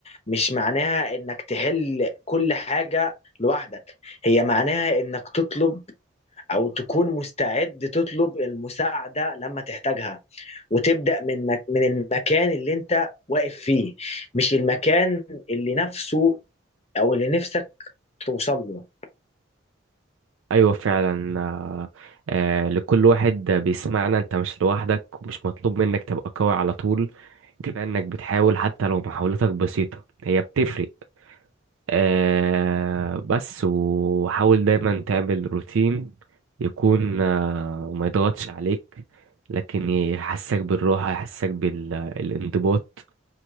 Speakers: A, on the left; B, on the right.
A: مش معناها انك تحل كل حاجه لوحدك هي معناها انك تطلب او تكون مستعد تطلب المساعده لما تحتاجها وتبدا من مك من المكان اللي انت واقف فيه مش المكان اللي نفسه او اللي نفسك توصل له
B: ايوه فعلا آه آه، لكل واحد بيسمعنا انت مش لوحدك ومش مطلوب منك تبقى قوي على طول كفايه انك بتحاول حتى لو محاولتك بسيطه هي بتفرق آه بس وحاول دايما تعمل روتين يكون آه ما يضغطش عليك لكن يحسك بالراحه يحسك بالانضباط